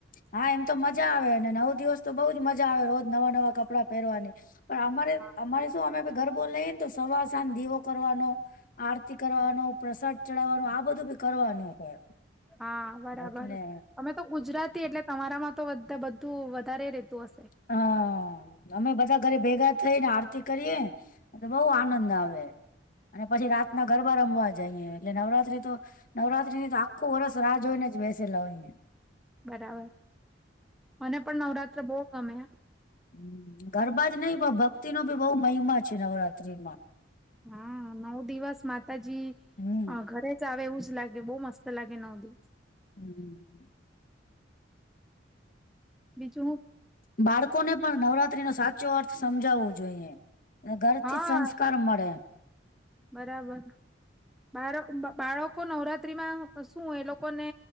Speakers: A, on the left; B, in the centre.
A: હા, એમ તો મજા આવેને નવ દિવસ તો બઉ જ મજા આવે રોજ નવા-નવા કપડાં પહેરવાની. પણ અમારે
B: હા
A: અમારે શું અમે બી ગરબો લઈએ ને તો સવાર સાંજ દીવો કરવાનો આરતી કરવાનો, પ્રસાદ ચઢાવાનો આ બધું બી કરવાનું હોય.
B: હા, બરાબર.
A: એટલે
B: અમે તો ગુજરાતી એટલે તમારામાં તો બધે બધું વધારે રેતું હશે.
A: હઅ, અમે બધા ઘરે ભેગા થઈને આરતી કરીએે અને બઉ
B: હા
A: આનંદ
B: હા
A: આવે, અને પછી
B: બરાબર
A: રાતના ગરબા રમવા જાઈએ, એટલે નવરાત્રી તો નવરાત્રીની તો ખો વરસ રાહ જોયને જ બેસેલા હોયએ.
B: બરાબર, મને પણ નવરાત્ર બઉ ગમે હે.
A: હમ્મ, ગરબા જ નઈ પણ ભક્તિનો બી બઉ મહિમા છે નવરાત્રીનો.
B: હન, નવ દિવસ માતાજી
A: હમ
B: અ ઘરે આવે એવું જ લાગે બહુ મસ્ત લાગે નવદીપ
A: હમ્મ
B: બીજું હું
A: બાળકોને પણ નવરાત્રી નો સાચો અર્થ સમજાવવો જોઈએ. ઘરથી
B: હા
A: જ સંસ્કાર મળે.
B: બરાબર બાળ બાળકો નવરાત્રીમાં શું એ લોકોને